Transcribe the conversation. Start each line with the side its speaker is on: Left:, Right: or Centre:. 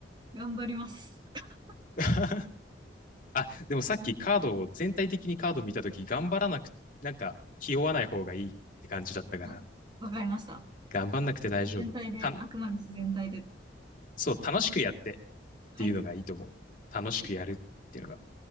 Right: 頑張ります。<laughs>
Left: <laughs> あ、でもさっきカードを、全体的にカード見たとき、頑張らなく、なんか、気負わない方がいいって感じだったから、
Right: あわかりました。
Left: 頑張んなくて大丈夫。
Right: 自然体で、
Left: たん、
Right: あくまで自然体で。
Left: そう、楽しくやってっていうのがいいと思う。
Right: はい。
Left: 楽しくやるっていうのが。
Right: はい。